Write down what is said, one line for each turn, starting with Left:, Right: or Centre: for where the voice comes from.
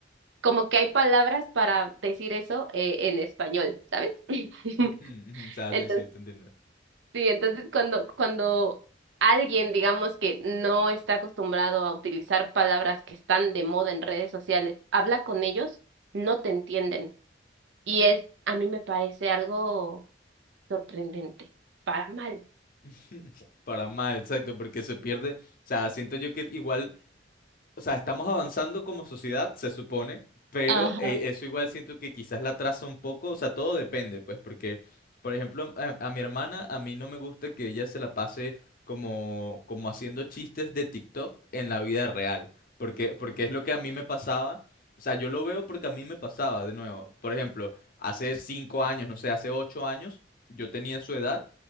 Right: como que hay palabras para decir eso eh, en español, ¿sabes? <laughs>
Left: Ujú, ujú, O sea,
Right: Entonces
Left: sí, sí, te entiendo.
Right: Sí, entonces cuando, cuando alguien, digamos que no está acostumbrado a utilizar palabras que están de moda en redes sociales, habla con ellos, no te entienden. Y es, a mí me parece algo sorprendente, para mal.
Left: <laughs> Para mal, exacto, porque se pierde. O sea, siento yo que igual O sea, estamos avanzando como sociedad, se supone, pero
Right: Ajá.
Left: eh, eso igual siento que quizás la atrasa un poco, o sea, todo depende, pues, porque, por ejemplo, a, a mi hermana, a mí no me gusta que ella se la pase como, como haciendo chistes de TikTok en la vida real, porque, porque es lo que a mí me pasaba, o sea, yo lo veo porque a mí me pasaba, de nuevo, por ejemplo, hace cinco años, no sé, hace ocho años, yo tenía su edad